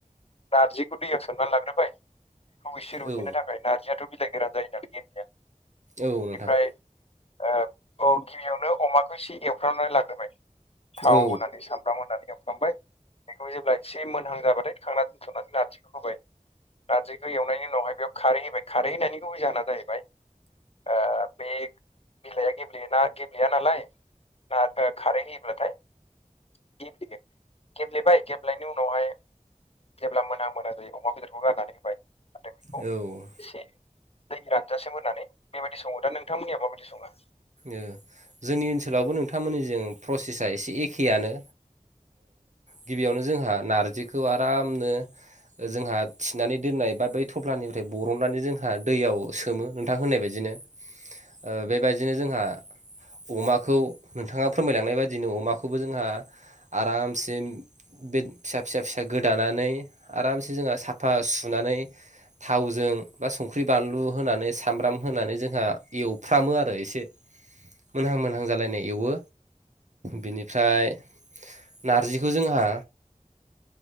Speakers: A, on the left; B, on the right.
A: नारजिखौ दैयाव सोमनानै लाग्रोबाय बेखौ एसे रुयहोननो
B: औ
A: थाखाय नारजियाथ' बिलाइ गोरान जायो नालाय गेब्लेया
B: औ
A: बेनिफ्राय
B: नोंथां
A: ओ औ गिबियावनो अमाखौ एसे एवफ्रावनानै लाग्रोबाय थाव
B: औ
A: होननानै सामब्राम होनानै एवफ्रामबाय बेखौ जेब्ला एसे मोनहां जाबाथाय थांना दोनथ'नानै नारजिखौ होबाय नारजिखौ एवनायनि उनावहाय बेयाव खारै होबाय खारै हैायनि गुबै जाहोना जाहैबाय ओ बे बिलाइआ गेब्लेयोना गेब्लेया नालाय ना ओ खारै होयोब्लाथाय गेब्लेयो गेब्लेबाय गेबलायनि उनावहाय जेब्ला मोना मोना जायो अमा बेदरखौ गारनानै होबाय आरो बेखौ
B: औ
A: एसे दै रानजासिम होनानै बेबायदि सङो दा नोंथांमोननिया माबायदि सङो
B: ओ जोंनि ओनसोलावबो नोंथांमोननि जों प्रसेसा एसे एखेयानो गिबियावनो जोंहा नारजिखौ आरामनो जोंहा थिनानै दोननाय बा बै थफ्लानिफ्राय बरननानै जोंहा दैयाव सोमो नोंथां होननाय बायदिनो ओ बेबायदिनो जोंहा अमाखौ नोंथाङा फोरमायलांनाय बायदिनो अमाखौबो जोंहा आरामसे बे फिसा फिसा फिसा गोदानानै आरामसे जोंहा साफा सुनानै थावजों बा संख्रि बानलु होनानै सामब्राम होनानै जोंहा एवफ्रामो आरो ए से मोनहां मोनहां जालायनाय एवो बेनिफ्राय नारजिखौ जोंहा